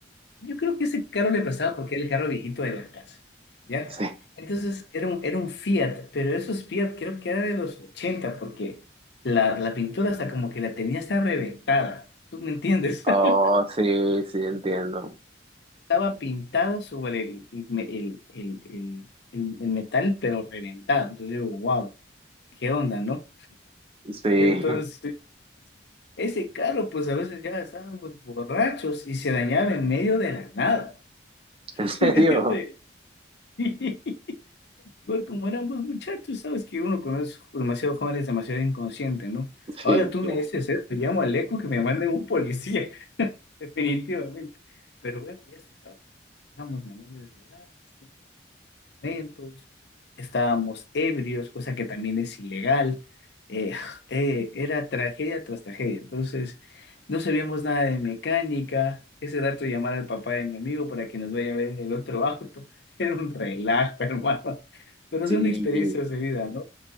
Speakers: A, on the left; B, on the right.
A: Yo creo que ese carro le prestaba porque era el carro viejito de la casa, ¿ya?
B: Sí.
A: Entonces era un, era un Fiat, pero esos Fiat creo que era de los 80 porque la, la pintura hasta como que la tenía hasta reventada, ¿tú me entiendes?
B: Oh,
A: <laughs>
B: sí, sí, entiendo.
A: Estaba pintado sobre el, el, me- el, el, el- el- el metal, pero reventado. Entonces digo, wow, ¿qué onda, no?
B: Sí,
A: Entonces,
B: <laughs>
A: ese carro, pues a veces ya estábamos borrachos y se dañaba en medio de la nada, <laughs>
B: en serio.
A: en medio de... <laughs> Bueno, como éramos muchachos, sabes que uno conoce demasiado jóvenes, demasiado inconsciente, ¿no?
B: Sí,
A: Ahora tú
B: claro.
A: me dices eso, llamo al eco que me manden un policía. <laughs> definitivamente. Pero bueno, ya asustados, porque éramos menores de edad, no teníamos documentos, estábamos ebrios, cosa que también es ilegal. Eh, <sighs> eh, era tragedia tras tragedia. Entonces, no sabíamos nada de mecánica. Ese dato llamar al papá de mi amigo para que nos vaya a ver el otro auto. <laughs> Era un relajo, <laughs> hermano. Pero
B: Sí,
A: son experiencias de vida, ¿no?